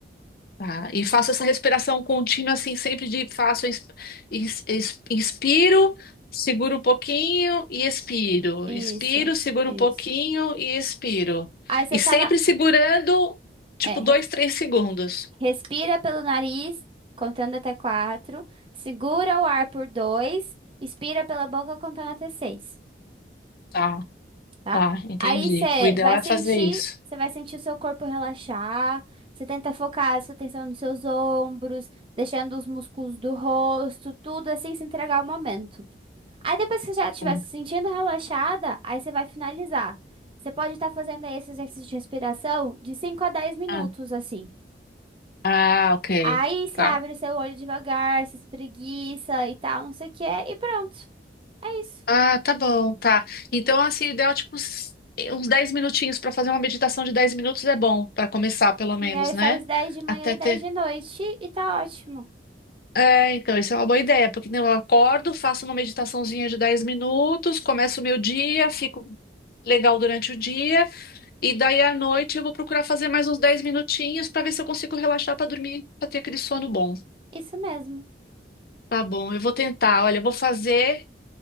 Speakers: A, on the left; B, on the right.
A: Tá, e faço essa respiração contínua, assim, sempre de faço, ins- ins- ins- inspiro, seguro um pouquinho e expiro.
B: Isso,
A: Inspiro, seguro
B: isso.
A: um pouquinho e expiro.
B: Aí você
A: E
B: tá
A: sempre
B: lá,
A: segurando, tipo,
B: é, re-
A: dois, três segundos.
B: respira pelo nariz, contando até quatro, segura o ar por dois, expira pela boca contando até seis.
A: Tá,
B: tá?
A: tá, entendi.
B: Aí você
A: O ideal
B: vai
A: é
B: sentir,
A: fazer isso.
B: você vai sentir o seu corpo relaxar, você tenta focar a sua atenção nos seus ombros, deixando os músculos do rosto, tudo assim, se entregar ao momento. Aí depois que você já estiver
A: Hum.
B: se sentindo relaxada, aí você vai finalizar. Você pode estar fazendo aí esse exercício de respiração de cinco a dez minutos,
A: Ah,
B: assim.
A: ah, ok.
B: Aí você
A: Tá.
B: abre o seu olho devagar, se espreguiça e tal, não sei o que, e pronto. É isso.
A: Ah, tá bom, tá. Então, assim, o ideal, tipo, s- eh, uns 10 minutinhos para fazer uma meditação de 10 minutos é bom, para começar, pelo menos,
B: E aí
A: né?
B: faz 10 de manhã
A: Até
B: e
A: ter.
B: 10 de noite e tá ótimo.
A: É, então, isso é uma boa ideia, porque né, eu acordo, faço uma meditaçãozinha de 10 minutos, começo o meu dia, fico legal durante o dia, e daí à noite eu vou procurar fazer mais uns 10 minutinhos para ver se eu consigo relaxar para dormir, para ter aquele sono bom.
B: Isso mesmo.
A: Tá bom, eu vou tentar. Olha, eu vou fazer,